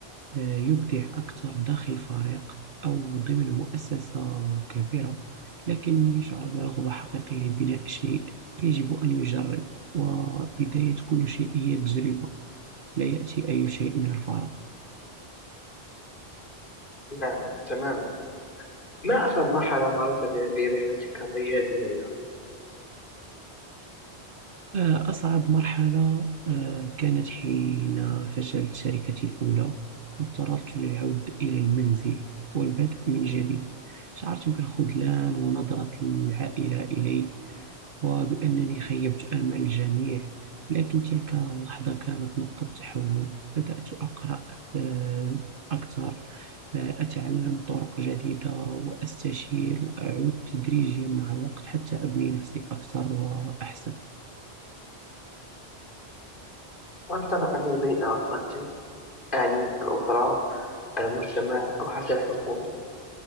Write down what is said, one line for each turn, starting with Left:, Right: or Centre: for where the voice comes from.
Right: آه، يبدع أكثر داخل فريق أو ضمن مؤسسة كبيرة لكن من يشعر برغبة حقيقية لبناء شيء يجب أن يجرب وبداية كل شيء هي التجربة لا يأتي أي شيء من الفراغ
Left: نعم تماما ما أكثر مرحلة مرت بها في رحلتك الريادية يا
Right: آه، أصعب مرحلة آه، كانت حين فشلت شركتي الأولى واضطررت للعود إلى المنزل والبدء من جديد شعرت بالخذلان ونظرة العائلة إلي وبأنني خيبت آمال الجميع لكن تلك اللحظة كانت نقطة تحول بدأت أقرأ آه، أكثر آه، أتعلم طرق جديدة وأستشير وأعود تدريجيا مع الوقت حتى أبني نفسي أكثر وأحسن
Left: هل ترى أن البيئة تؤثر يعني الأسرة المجتمع أو حتى الحكومة